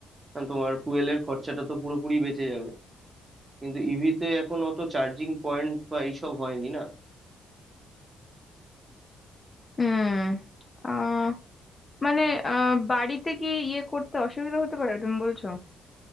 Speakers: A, on the right (about 20°); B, on the left (about 25°).
A: কারণ তোমার ফুয়েলের খরচাটা তো পুরোপুরি বেঁচে যাবে কিন্তু ইভিতে এখন অত চার্জিং পয়েন্ট বা এইসব হয়নি না
B: হুম আহ মানে আহ বাড়িতে কি ইয়ে করতে অসুবিধা হতে পারে তুমি বলছো